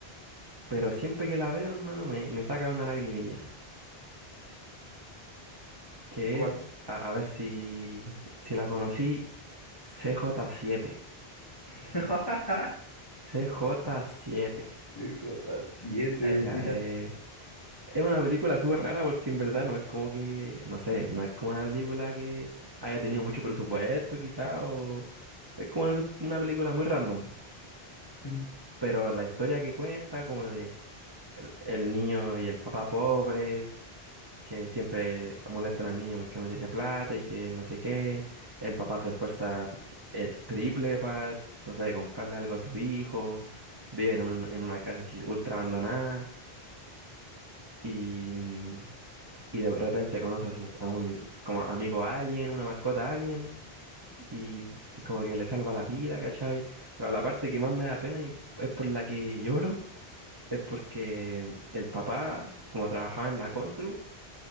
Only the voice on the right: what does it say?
pero siempre que la veo, hermano, me, me saca una lagrimilla, que
es, a, a ver si, si la conocí, C J siete,
C J siete,
esa
es. Es una película súper rara porque en verdad no es como que, no sé, no es como una película que haya tenido mucho presupuesto quizá o es como una, su- una película muy random,
pero la historia que cuenta como de el, el niño y el papá pobres que siempre molestan al niño porque no tiene plata y que no sé qué, el papá se esfuerza el triple para, no sé, comprarle algo a sus hijos, viven en, un- en una casa así ultra abandonada y... mm, y de repente conoce a, su, a un como amigo alien, una mascota alien, y como que le salva la vida, ¿cachai? Pero la parte que más me da pena y es por la que lloro, es porque el papá, como trabajaba en la Contru,